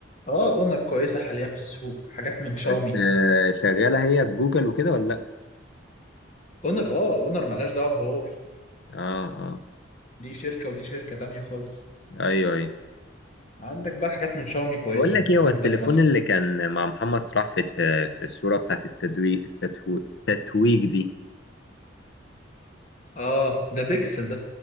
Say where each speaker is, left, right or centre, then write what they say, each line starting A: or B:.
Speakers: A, on the left; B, on the left.
A: اه اونر كويسه حاليا في السوق حاجات من شاومي
B: بس آه، شغالة هي بجوجل وكده ولا لأ؟
A: اونر اه اونر ملهاش دعوه بهواوي
B: اه اه
A: دي شركه ودي شركه تانيه خالص
B: ايوه ايوه
A: عندك بقى حاجات من شاومي كويسة
B: بقول لك ايه هو
A: عندك
B: التليفون
A: مثلا
B: اللي كان مع محمد صلاح في الت- في الصورة بتاعت التدويج التتويج التتويج دي
A: اه ده بيكسل ده